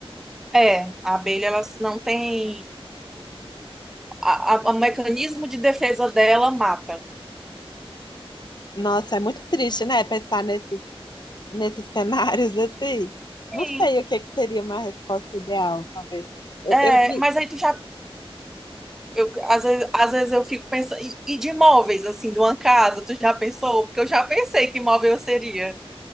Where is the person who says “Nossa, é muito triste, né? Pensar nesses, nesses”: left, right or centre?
Left